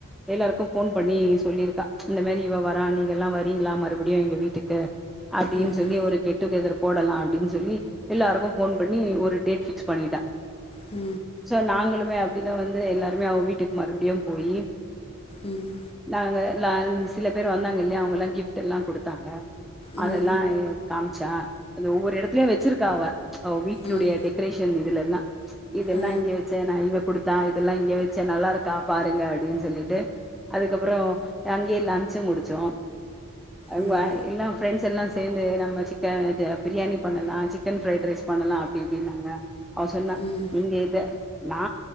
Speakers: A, in the centre; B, on the left (about 25°).
A: எல்லாருக்கு ஃபோன் பண்ணி சொல்லிருக்கா இந்த மாதரி இவ வர நீங்கல்லா வரீங்களா மறுபடியு எங்க வீட்டுக்கு அப்டின்னு
B: ம்
A: சொல்லி ஒரு கெட்டுகேதர் போடலா அப்டினு சொல்லி எல்லாருக்கு ஃபோன் பண்ணி ஒரு டேட் ஃபிக்ஸ் பண்ணிட்டா
B: உ
A: சோ நாங்களுமே அப்டிதா வந்து எல்லாருமே அவ வீட்டுக்கு மறுபடியு போயி
B: ம்
A: நாங்க நா சில பேர் வந்தாங்கல்லையா அவங்கல்லா கிஃப்ட் எல்லா கொடுத்தாங்க
B: ம்
A: அதெல்லா காமிச்சா அது ஒவ்வொரு எடத்துலயு வச்சிருக்கா அவ அவ வீட்டுடைய
B: ம்
A: டெக் க்ரேஷன் இதுலல்லா இதெல்லா
B: ஆ
A: இங்க வச்சே நான இவ குடுத் தா இதெல்லா இங்க வச்சே நல்லாருக்கா பாருங்க அப்டின்னு சொல்லிட்டு அதுக்கப்றோ அங்கேய லஞ்ச் முடிச்சோ அவ்
B: ம்
A: அ எல்லா ஃப்ரெண்ட்ஸ் எல்லா சே சேர்ந்து நம்ம சிக்கன் பிரியாணி பண்ணலா சிக்கன் ஃப்ரைட் ரைஸ் பண்ணலா அப்டி இப்டின்னாங்க அவ சொன்னா
B: ம்
A: நீங்க இத நா